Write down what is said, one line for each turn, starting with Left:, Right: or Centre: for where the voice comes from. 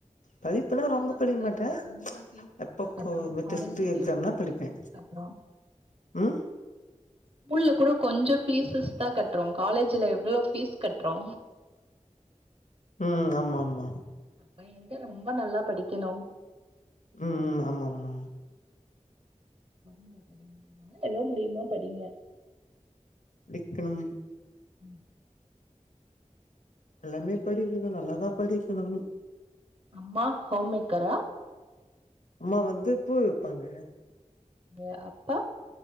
Left: படிப்புன்னா
Right: ஸ்கூல்ல
Left: ரொம்ப
Right: எல்லா
Left: படிக்க
Right: கூட
Left: மாட்டேன்
Right: நம்ம கொஞ்சோ பீசஸ்
Left: அப்பப்போ
Right: தா கட்றோ காலேஜுக்கு
Left: டெஸ்ட்டு எக்ஸாம்னா
Right: எவ்ளோ
Left: படிப்பேன்
Right: பீசஸ் கட்றோ
Left: ம்
Right: ஸ்கூல்ல கூட கொஞ்சம் ஃபீஸஸ் தா கட்றோ காலேஜ்ல எவ்ளோ ஃபீஸ் கட்றோ
Left: ம் ஆமா ஆமா
Right: அப்ப எங்க ரொம்ப நல்லா படிக்கணும்
Left: ம் ம் ஆமா ஆமா
Right: படிங்க படிங்க எவ்ளோ முடியுமா படிங்க
Left: படிக்கணும்
Right: ம்
Left: எல்லாமே படிக்கணு நல்லாதா படிக்கணும்
Right: அம்மா ஹோம்மேக்கரா
Left: அம்மா வந்து பூ விப்பாங்க
Right: ம் அப்பா